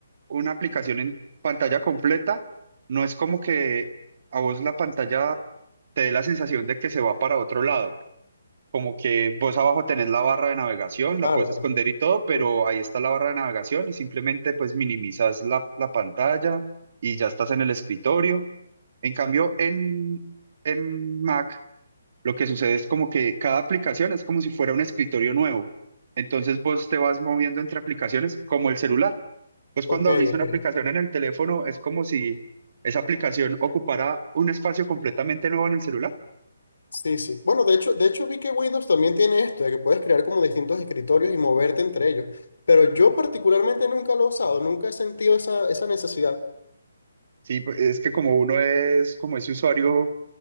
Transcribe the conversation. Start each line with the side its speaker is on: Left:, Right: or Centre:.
Right: una aplicación en pantalla completa, no es como que a vos la pantalla te dé la sensación de que se va para otro lado como que vos abajo tenés la barra de navegación, la
Left: Claro,
Right: puedes
Left: claro.
Right: esconder y todo, pero
Left: ¿Mm?
Right: ahí está la barra de navegación y simplemente pues minimizas la, la pantalla y ya estás en el escritorio. En cambio, en, en Mac lo que sucede es como que cada aplicación es como si fuera un escritorio nuevo. Entonces vos te vas moviendo entre aplicaciones como el celular. Pues
Left: Ok,
Right: cuando abrís
Left: ok.
Right: una aplicación en el teléfono es como si esa aplicación ocupara un espacio completamente nuevo en el celular.
Left: Sí, sí. Bueno, de hecho, de hecho vi que Windows también tiene esto, de que puedes crear como distintos escritorios y moverte entre ellos. Pero yo particularmente nunca lo he usado, nunca he sentido esa, esa necesidad.
Right: Sí, pues, es que como uno es, como es usuario